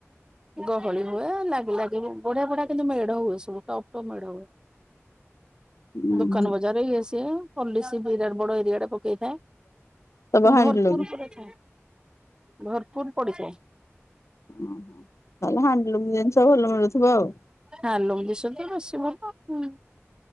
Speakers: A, on the right; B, on the left.
A: ଗହଳି ହୁଏ। ଲାଗି ଲାଗି ବଢିଆ ବଢିଆ କିନ୍ତୁ ମେଢ ହୁଏ, ସବୁ ଟପ୍ ଟପ୍ ମେଢ ହୁଏ।
B: ହୁଁ
A: ଦୋକାନ ବଜାର ଇଏ ସିଏ ପଲିସି ବିରାଟ ବଡ ଏରିଆରେ ପକେଇ ଥାଏ।
B: ସବୁ ହାଣ୍ଡଲୁମ୍
A: ଭରପୁର ପୁରା ଥାଏ। ଭରପୁର ପଡିଥାଏ।
B: ଓହୋ, <unintelligible> ହାଣ୍ଡଲୁମ୍ ଜିନିଷ ଭଲ ମିଳୁଥିବ ଆଉ।
A: ହାଲୁମ ଜିଷ ତ ବେଶୀ ଭଲ। ଉଁ,